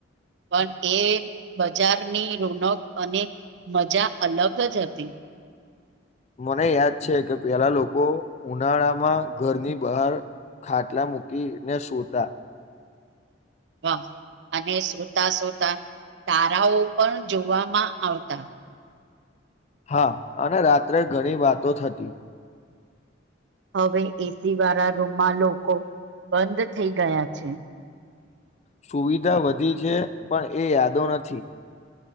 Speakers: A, on the right (about 65°); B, on the left (about 35°).
A: પણ એ બજારની રોનક અને મજા અલગ જ હતી
B: મને યાદ છે કે પેલા લોકો ઉનાળામાં ઘરની બહાર ખાટલા મૂકીને સુતા
A: હા અને સોતા સોતા તારાઓ પણ જોવામાં આવતા
B: હા અને રાત્રે ઘણી વાતો થતી
A: હવે એસી વાળા રૂમમાં લોકો બંધ થઈ ગયા છે
B: સુવિધા વધી છે પણ એ યાદો નથી